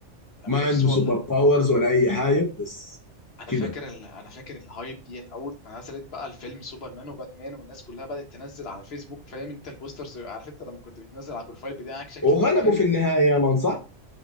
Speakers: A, on the left; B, on the left.
A: طب
B: ما
A: بص
B: عنده
A: والله
B: سوبر باورز ولا اي حاجه بس
A: انا
B: كده
A: فاكر ال... انا فاكر الهايب ديت اول ما نزلت بقى الفيلم سوبرمان وباتمان والناس كلها بدات تنزل على الفيسبوك فاهم انت البوسترز عارف انت لما كنت بتنزل على البروفايل بتاعك شكل
B: وغلبوا
A: باتمان
B: في النهايه يا مان صح